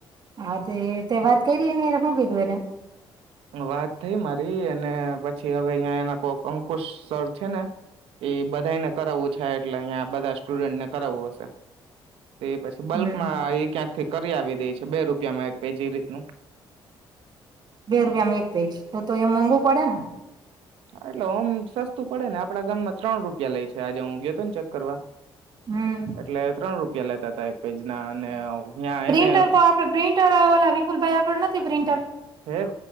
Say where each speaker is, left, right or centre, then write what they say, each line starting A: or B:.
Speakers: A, on the right; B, on the right.
A: હા તે તે વાત કરી ર ને એ રખું કીધું એને
B: વાત થઈ મારી અને પછી હવે અહીંયા એના કોક અંકુશ સર છે ને એ બધાને કરાવવું છે એટલે અહીં બધા સ્ટુડન્ટને કરાવવું હશે તે પછી બલ્કમાં
A: હમ
B: એ ક્યાંક થી કરી આવી દે છે બે રૂપિયામાં એક પે જે રીતનું
A: બે રૂપિયામાં એક પેજ તો તો એ મોંઘું પડેને
B: હા એટલે ઓમ સસ્તુ પડે ને આપડા ગામમા ત્રણ રૂપિયા લઈ છે આજે હું ગયોતો ને ચેક કરવા
A: હમ
B: એટલે ત્રણ રૂ લેતાતા એક પેજ ના અને ત્યાં
A: પ્રિન્ટર
B: એને
A: તો આપડ પ્રિન્ટર ઓલા વિપુલ ભાઈ આગળ નથી પ્રિન્ટર
B: હે